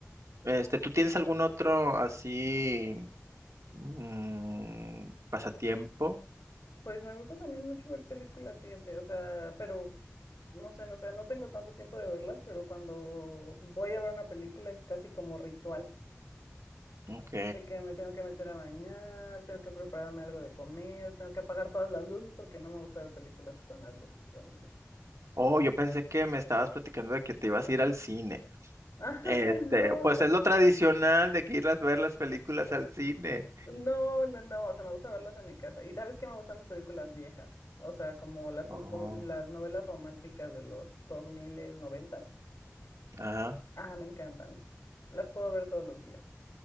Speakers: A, on the right; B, on the left.
A: Este, ¿tú tienes algún otro así mm, pasatiempo?
B: Pues me gusta también mucho ver películas, fíjate, o sea, pero no sé, no, o sea, no tengo tanto tiempo de verlas, pero cuando voy a ver una película es casi como ritual,
A: Ok.
B: de que me tengo que meter a bañar, tengo que prepararme algo de comer, tengo que apagar todas las luces porque no me gusta ver películas con las luces prendidas.
A: Oh, yo pensé que me estabas platicando de que te ibas a ir al cine.
B: <laughs> ¡Ay,
A: Este,
B: no!
A: pues es lo tradicional de que ir a ver las películas al cine.
B: No, no, no, o sea, me gusta verlas en mi casa. Y sabes que me gustan las películas viejas, o sea, como las,
A: Oh,
B: n- como las novelas románticas de los 2000 90.
A: Ajá.
B: Ah, me encantan. Las puedo ver todos los días.